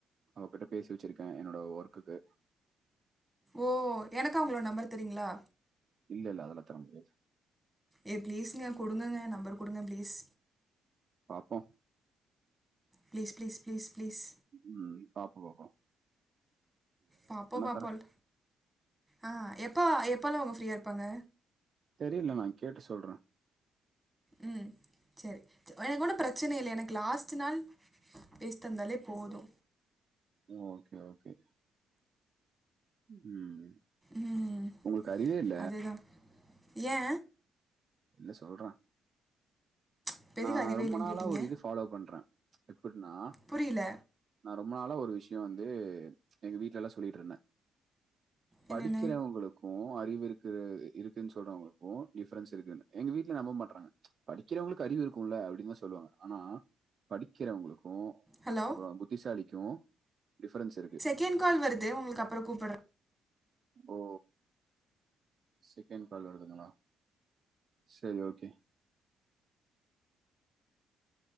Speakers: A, on the right; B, in the centre.
A: அவகிட்ட பேசி வச்சிருக்கே என்னோட ஒர்க்குக்கு
B: ஓ எனக்கு அவங்களோட நம்பர் தரிங்களா
A: இல்ல இல்ல அதெல்லா தர முடியது
B: ஏ ப்ளீஸ்ங்க குடுங்கங்க நம்பர் குடுங்க பிளீஸ்
A: பாப்போ
B: ப்ளீஸ் ப்ளீஸ் ப்ளீஸ் ப்ளீஸ்
A: ம் ம் பாப்போ பாப்போ
B: பாப்போ பா்போல்
A: தரேன்
B: ஆ எப்ப எப்போல்லா அவங்க ஃப்ரீயா இருப்பாங்க
A: தெரில நா கேட்டு சொல்ற
B: ம் செரி து எனக்கு ஒன்னு பிரச்சனை இல்லை எனக்கு லாஸ்டு நாள் பேசி தந்தாலே போது
A: ஓகே ஓகே ம்
B: ம்
A: உங்களுக்கு அறிவே இல்ல
B: அதேதா ஏ
A: இல்ல சொல்ற
B: இப்போ
A: நா
B: எதுக்கு அறிவே
A: ரொம்ப
B: இல்லைன்னு
A: நாளா
B: கேட்டீங்க
A: ஒரு இது ஃபாலோ பண்றே எப்னா
B: புரியல
A: நா ரொம்ப நாள ஒரு விஷய வந்து எங்க வீட்லல்லா சொல்லிட்ருந்தே படிக்கிறவங்களுக்கு
B: என்னென்னு
A: அறிவு இருக்கு இருக்குன் சொல்றவங்களுக்கு டிஃப்ரென்ஸ் இருக்கு எங்க வீட்ல நம்ப மாட்றாங்க படிக்கிறவங்களுக்கு அறிவு இருக்கும்ல அப்டினுதா சொல்லுவாங்க ஆனா படிக்கிறவங்களுக்கு
B: ஹலோ
A: அப்பற புத்திசாலிக்கு டிஃபரென்ஸ் இருக்கு
B: கென் கால் வருது உங்களுக்கு அப்பற கூப்பிற
A: ஓ செகண்ட் கால் வருதுங்களா செரி ஓகே